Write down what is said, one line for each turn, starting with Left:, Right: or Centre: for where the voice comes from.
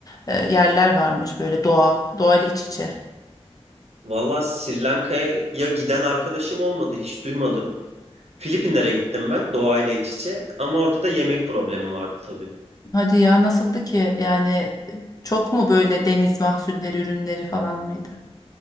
Left: e, yerler varmış böyle doğa, doğal iç içe.
Right: Valla Sri Lanka'ya giden arkadaşım olmadı hiç duymadım. Filipinlere gittim ben doğayla iç içe ama orada da yemek problemi vardı tabii.
Left: Hadi ya nasıldı ki? Yani e, çok mu böyle deniz mahsulleri ürünleri falan mıydı?